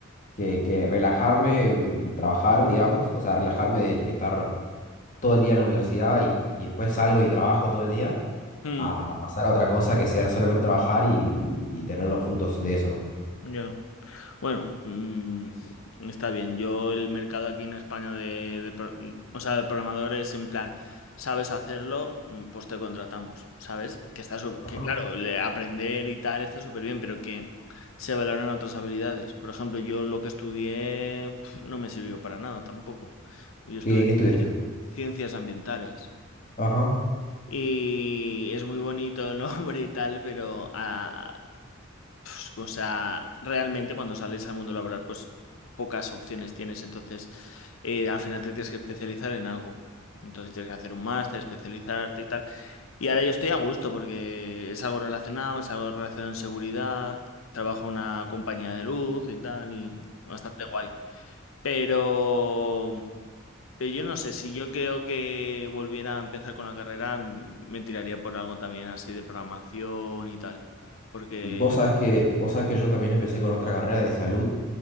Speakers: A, on the left (about 40°); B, on the left (about 70°).
A: que, que relajarme y trabajar, digamos. O sea, relajarme de, de estar todo el día en la universidad y, y después salgo y trabajo todo el día
B: Mm,
A: a, a pasar a otra cosa que sea solamente trabajar y, y tener los frutos de eso, ¿no?
B: ya. Bueno, mm, está bien. Yo el mercado aquí en España de, de pro- mm, o sea, de programadores en plan, sabes hacerlo, Mm, pues te contratamos, ¿sabes? Que está sup-
A: Ajá.
B: que claro, le- aprender y tal está súper bien, pero que se valoran otras habilidades. Por ejemplo, yo lo que estudié pf, no me sirvió para nada tampoco. Yo estudié
A: ¿Qué, qué estudiaste?
B: ciencias ambientales.
A: Ajá.
B: Y es muy bonito el <laughs> nombre y tal, pero ah, pues, o sea, realmente cuando sales al mundo laboral, pues pocas opciones tienes. Entonces, eh, al final te tienes que especializar en algo. Entonces tienes que hacer un máster, especializarte y tal. Y ahora yo estoy a gusto porque es algo relacionado, es algo relacionado en seguridad. Trabajo en una compañía de luz y tal, y bastante guay. Pero, pero yo no sé, si yo creo que volviera a empezar con la carrera, m- me tiraría por algo también así de programación y tal. Porque,
A: Vos sabés que, vos sabés que yo también empecé con otra carrera de salud.